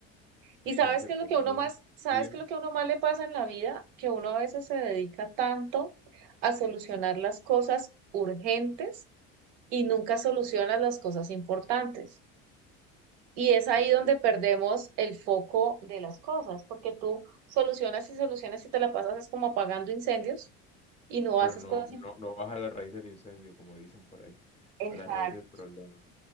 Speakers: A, on the right; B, on the left.
A: Y
B: Es
A: sabes
B: que en ese
A: qué
B: punto...
A: lo que uno más, sabes
B: Sí, dime.
A: qué lo que uno más le pasa en la vida, que uno a veces se dedica tanto a solucionar las cosas urgentes y nunca solucionas las cosas importantes. Y es ahí
B: Ok.
A: donde perdemos el foco de las cosas, porque tú solucionas y solucionas y te la pasas es como apagando incendios y no
B: Pero
A: haces
B: no,
A: cosas
B: no,
A: importantes.
B: no vas a la raíz del incendio, como dicen por ahí,
A: Exacto,
B: a la raíz del problema.